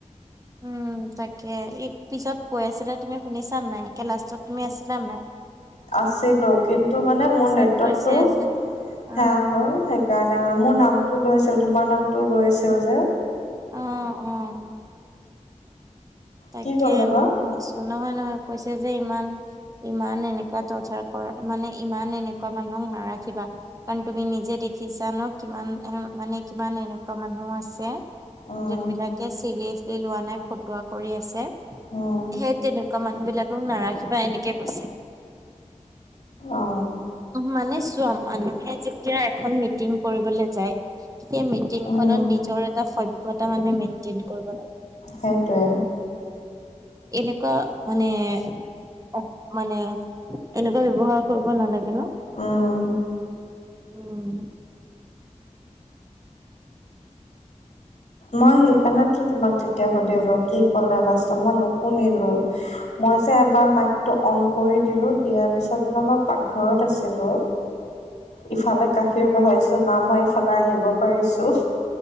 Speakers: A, on the right; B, on the left.
A: উম, তাকে ই পিছত কৈ আছিলে তুমি শুনিছা নাই। ত লাষ্টত তুমি আছিলা নাই।
B: আছিলোঁ কিন্তু মানে মোৰ
A: পিছত
B: নেটৱৰ্কটো
A: কৈছে যে অ
B: সেয়া হ'ল সেইকাৰণে মানে মোৰ নামটো লৈছিল তোমাৰ নামটো লৈ আছিল যে
A: অ', অ'। তাকে
B: কি ক'লে বা
A: মই শুনিছোঁ নহয়, নহয় কৈছে যে ইমান ইমান এনেকুৱা তৰ্চাৰ কৰ মানে ইমান এনেকুৱা মানুহক নাৰাখিবা। কাৰণ তুমি নিজে দেখিছা ন কিমান এ মানে কিমান এনেকুৱা মানুহ আছে।
B: উম
A: যোনবিলাকে চিৰিয়াচলি লোৱা নাই ফটোক কৰি আছে
B: উম
A: সেই তেনেকুৱা মানুহ বিলাকক নাৰাখিবা এনেকে কৈছে।
B: অ
A: মানে চোৱা মানুহে যেতিয়া এখন মিটিং কৰিবলৈ যায়। সেই মিটিংখনত
B: উম
A: নিজৰ এটা সভ্যতা মানে মেইন্টেইন কৰিব লাগে।
B: সেইটোৱে।
A: এনেকুৱা মানে অ', মানে এনেকুৱা ব্যৱহাৰ কৰিব নালাগে ন।
B: উম।
A: উম।
B: মই সেইকাৰণেতো তোমাক তেতিয়া সুধিলো কি কলে লাষ্টত মই নুশুনিলোঁ। মই যে এবাৰ মাইকটো অ'ন কৰি দিলো দিয়াৰ পিছত মানে মই পাকঘৰত আছিলোঁ।
A: <inaudible>
B: ইফালে গাখীৰ বহাইছো না মই ইফালে আহিব পাৰিছোঁ।